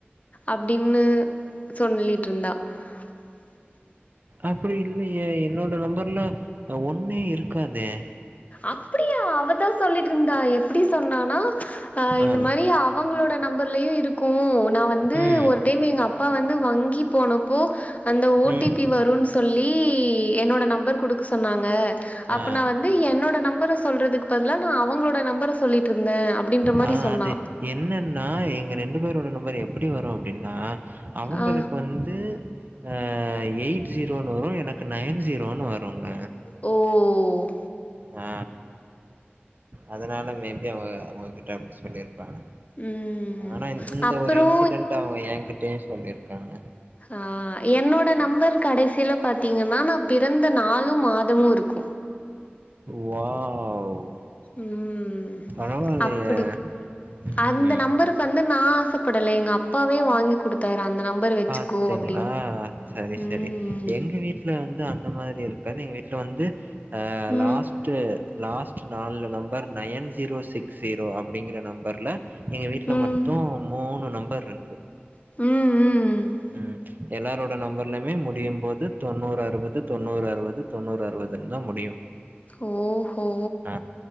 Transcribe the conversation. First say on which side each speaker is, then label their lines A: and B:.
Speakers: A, on the left; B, on the right.
A: அப்படின்னு சொல்லிட்ருந்தா <inaudible>
B: அப்படி இல்லையே என்னோட நம்பர்ல ஒன்னே இருக்காதே
A: அப்டியா அவதா சொல்லிட்ருந்தா எப்டி சொன்னானா ஆ இந்த
B: அ.
A: மாரி அவங்களோட நம்பர்லயு இருக்கு நா வந்து
B: ம்.
A: ஒரு தேமே எங்கப்பா வந்து வங்கி போனப்போ அந்த ஓ
B: ம்.
A: டி பி வருன்னு சொல்லி என்னோட நம்பர் குடுக்க சொன்னாங்க அப்போ
B: ஆ.
A: நா வந் து என்னோட நம்பர சொல்றதுக்கு பதிலா நா அவங்களோட நம்பர சொல்லிட்ருந்த அப்படின்ற மாரி
B: ஆ
A: சொன்னா
B: அது என்னன்னா எங்க ரெண்டு பேரோட நம்பர் எப்படி வரு அப்படின்னா அவங்களுக்கு
A: ஆ
B: வந்து அ எயிட் ஜீரோன்னு வரு எனக்கு நைன் ஜீரோன்னு வருங்க
A: ஓ
B: ஆ அதனால மேபி அவங்க அவங்ககிட்ட அப்டி சொல்லிருப்பாங்க
A: ம்
B: ஆனா இந் இந்த
A: அப்புறோ
B: ஒரு இன்சிடென்ட் அவங்க ஏங்கிட்டயு சொல்லிருக்காங்க
A: அ என்னோட நம்பர் கடைசியில பாத்தீங்கன்னா நா பிறந்த நாலு மாதமு இருக்கு
B: வாவ்
A: ம்
B: பரவால்லயே!
A: அப்டி
B: ம்.
A: அந்த நம்பருக்கு வந்து நா ஆசப்படல எங்க அப்பாவே வாங்கி கு குடுத்தாரு அந்த நம்பர் வச்சுக்கோ
B: பாத்தீங்களா?
A: அப்படின்னு
B: சரி,
A: ம்
B: சரி.
A: ம்
B: எங்க வீட்ல வந்து அந்த மாரி இருக்காது எங்க வீட்ல வந்து ஆ
A: ம்
B: லாஸ்ட்டு லாஸ்ட்டு நாலு number nine zero six zero அப்படிங்கிற நம்பர்ல்ல எங்க வீட்ல
A: ம்
B: மட்டு மூணு நம்பர் இருக்கு
A: ம் ம் ம்
B: ம் எல்லாரோட நம்பர்லயுமே முடியும் போது தொண்ணூறு அறுபது தொண்ணூறு அறுபது தொண்ணூறு அறுபதுன்னு தா முடியு
A: ஓ ஓஹோ
B: ஆ